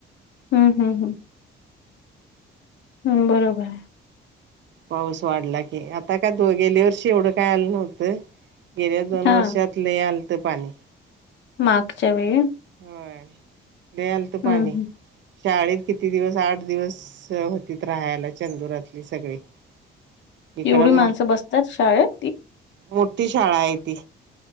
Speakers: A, on the left; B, on the right.
A: ह्म-ह्म-ह्म. हम्म बरोबर.
B: पाऊस वाढला की, आता काय दो गेल्या वर्षी एवढं काय आलं नव्हतं. गेल्या दोन
A: हां,
B: वर्षात लय आलंत पाणी.
A: मागच्या वेळी.
B: व्हय, लई आलत पाणी.
A: हं, हं.
B: शाळेत किती दिवस, आठ दिवस होतीत राहायला, चंदुरातली सगळी. <inaudible>
A: एवढी
B: म
A: माणसं बसतात शाळेत?
B: मोठी शाळा आहे ती.